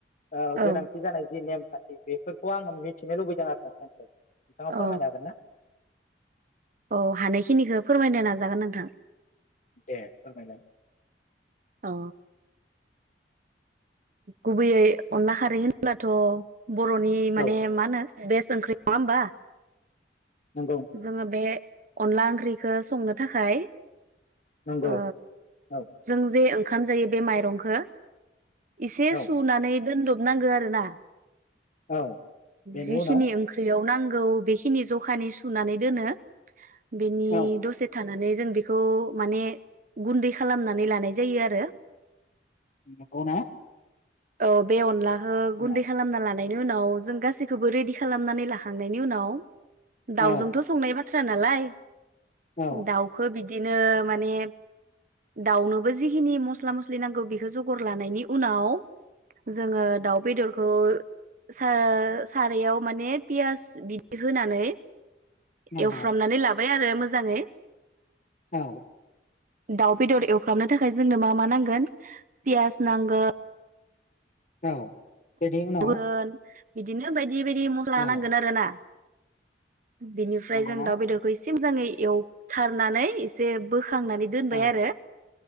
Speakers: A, on the left (about 45°); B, on the right (about 50°).
A: ओ
B: औ
A: गोनांथि जानाय जि नेम खान्थि बेफोरखौ आंङो मिथिनो लुबैदों आरो नोंथांनिफ्राय नोंथाङा
B: अ
A: फोरमायनो हागोन ना?
B: औ हानायखिनिखौ फोरमायनो नाजागोन नोंथां
A: दे फोरमायलाय
B: अ गुबैयै अनला खारै होनब्लाथ' बर'नि माने
A: औ
B: मा होनो बेस्ट ओंख्रि नङा होमबा ।
A: नंगौ
B: जोङो बे अनला ओंख्रिखौ संनो थाखाय ‌
A: नंगौ
B: ओ
A: औ
B: जों जे ओंखाम जायो बे माइरंखौ एसे
A: औ
B: सुनानै दोन्द नांगौ आरो ना
A: औ बेनि
B: जिखिनि
A: उनाव
B: ओंख्रियाव नांगौ औ बेखिनि जखानि सुनानै दोनो । बिनि
A: औ
B: दसे थानानै जों बेखौ माने गुन्दै खालामनानै लानाय जायो आरो
A: नंगौना
B: औ बे अनला ओ
A: औ
B: गुन्दै खालामना ला नानै बिनि उनाव जों गासैखौबो रेडि खालामनानै लाखांनायनि उनाव दाउजोंथ'
A: औ
B: संनाय बाथ थ्रा नालाय
A: औ
B: दावखौ बिदि नो माने दाउनोबो जिखिनि मस्ला मस्लि नांगौ बेखौ जगर लानायनि उनाव जोङो दाउ बेदरखौ बेखौ सा सारायाव माने पियास बिदि होनानै
A: नंगौ
B: एवफ्रामनानै लाबा य आरो मोजाङै
A: औ
B: दाउ बेदर एवफ्रामनो थाखाय जोंनो मा मा नांगोन पियास नांगोन ओ
A: औ बेनि उनाव
B: फगोन बिदिनो बायदि बेबायदि मस्ला
A: औ
B: नांगोन आरोना बिनिफ्राय
A: नंगौना
B: जों दाउ बेदरखौ एसे सिम जाङो एवथारनानै एसे बो बोखांनानै दोनबाय
A: औ
B: आरो